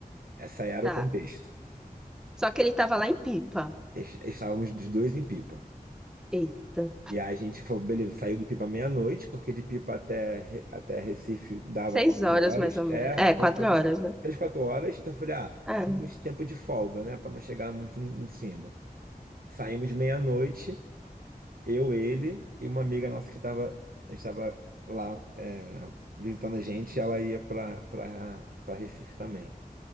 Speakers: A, on the right (about 75°); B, in the centre.
A: Essa era
B: Tá.
A: o contexto.
B: Só que ele tava lá em Pipa.
A: Es- Estávamos os dois em Pipa.
B: Eita.
A: E aí a gente foi, beleza, saiu de Pipa meia-noite, porque de Pipa até, Re- até Recife dava
B: Seis
A: quatro
B: horas,
A: horas.
B: mais ou menos.
A: É,
B: É,
A: três,
B: quatro
A: quatro,
B: horas, né?
A: três, quatro horas. Então eu falei, ah,
B: É.
A: temos tempo de folga, né? Pra não chegar muito n- em cima. Saímos meia-noite, eu, ele e uma amiga nossa que tava, estava lá é, visitando a gente, ela ia pra, pra, pra Recife também.